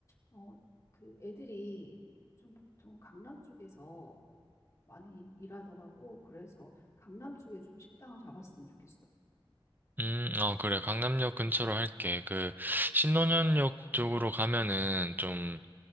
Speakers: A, on the left; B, on the right.
A: 어, 그 애들이 좀 보통 강남 쪽에서 많이 일하더라고. 그래서 강남 쪽에 좀 식당을 잡았으면 좋겠어.
B: 음, 어, 그래. 강남역 근처로 할게. 그, 신논현역 쪽으로 가면은 좀,